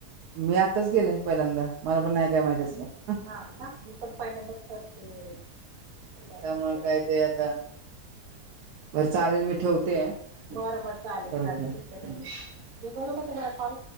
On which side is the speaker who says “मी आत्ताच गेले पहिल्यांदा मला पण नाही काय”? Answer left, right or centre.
Right